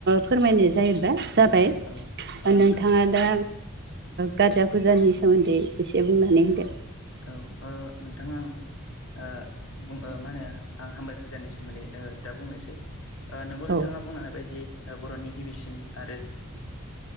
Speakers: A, on the right; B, on the left.
A: फोरमायनाय जायोबा जाबाय
B: औ औ
A: नोंथाङा
B: नोंथां
A: दा गारजा फुजानि सोमोन्दै एसे बुंनानै होदो।
B: औ अ नोंथां आं आं बुं मा होनो आं हामबाय फुजानि सोमोन्दै दा बुंनोसै। आं नोंगौ नोंथाङा
A: औ
B: बुंनो हानाय बायदि बर'नि गिबिसिन आरो